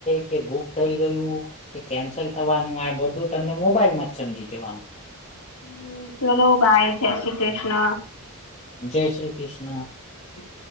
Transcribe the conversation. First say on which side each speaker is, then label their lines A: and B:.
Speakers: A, on the left; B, on the left.
A: કે બુક થઈ ગયું કે કેન્સલ થવાનું આ બધું તમને મોબાઈલ માં જ સમજી જવાનું
B: હમ ચલો બાય જય શ્રી કૃષ્ણ
A: જય શ્રી કૃષ્ણ
B: હ